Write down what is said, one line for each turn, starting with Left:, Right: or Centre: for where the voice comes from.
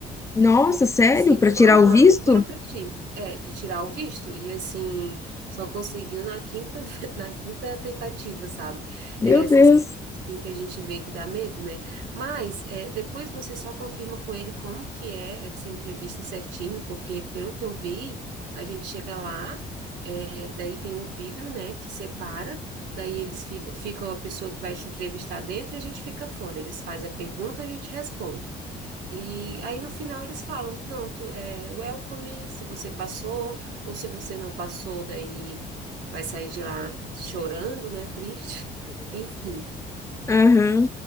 Left: Nossa, sério?
Right: Uns Cinco,
Left: Para tirar
Right: aham,
Left: o visto?
Right: juro pra ti. É, de tirar o visto. E assim, só conseguiu na quinta, <laughs> na quinta tentativa, sabe?
Left: Meu
Right: É, essas
Left: Deus.
Right: coisas assim que a gente vê que dá medo, né? Mas é, depois você só confirma com ele como que é essa entrevista certinho, porque pelo que eu vi, a gente chega lá, é, daí tem um vidro, né, que separa, daí eles ficam, fica a pessoa que vai te entrevistar dentro e a gente fica fora. Eles fazem a pergunta, a gente responde. E aí no final eles falam, pronto, é welcome, se você passou, ou se você não passou, daí vai sair de lá chorando, né? Triste. <laughs> Enfim,
Left: Aham.